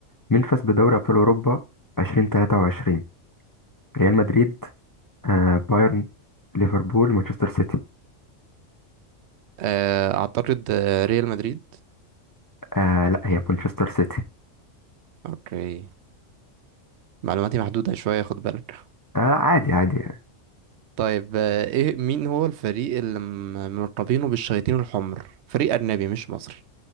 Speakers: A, on the left; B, on the right.
A: مين فاز بدوري أبطال أوروبا 2023 ريال مدريد آه بايرن ليفربول مانشستر سيتي
B: آه اعترض آه، ريال مدريد
A: آه لا هي مانشستر سيتي
B: اوكي معلوماتي محدودة شوية خد بالك
A: آه لا عادي عادي يعني
B: طيب آه، ايه مين هو الفريق اللي م- ملقبينه بالشياطين الحمر فريق اجنبي مش مصري